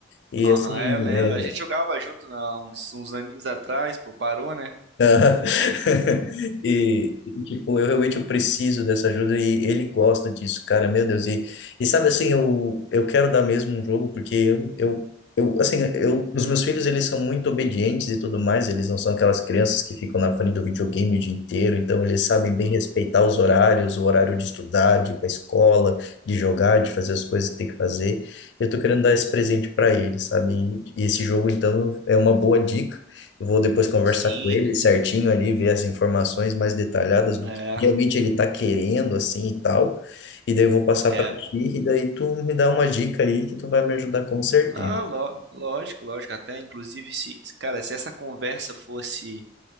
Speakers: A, on the left; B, on the right.
A: E
B: Aham,
A: assim,
B: é, eu lembro.
A: é,
B: A gente jogava junto há uns, uns aninhos atrás, pô, parou, né?
A: Aham. <laughs> E, e, tipo, eu realmente eu preciso dessa ajuda e ele gosta disso, cara, meu Deus. E, e sabe assim, eu, eu quero dar mesmo um jogo, porque eu, eu, eu assim, eu, os meus filhos, eles são muito obedientes e tudo mais, eles não são aquelas crianças que ficam na frente do videogame o dia inteiro, então eles sabem bem
B: Uhum.
A: respeitar os horários, o horário de estudar, de ir pra escola, de jogar, de fazer as coisas que tem que fazer. Eu tô querendo dar esse presente para eles, sabe? E, e esse jogo, então, é uma boa dica. Eu Vou depois conversar
B: Sim,
A: com ele certinho ali, ver as informações mais detalhadas do
B: é.
A: que realmente ele está querendo, assim e tal. E daí eu vou passar
B: É,
A: para ti, e daí tu me dá uma dica aí que tu vai me ajudar com certeza.
B: Ah, ló- lógico, lógico. Até, inclusive, se, cara, se essa conversa fosse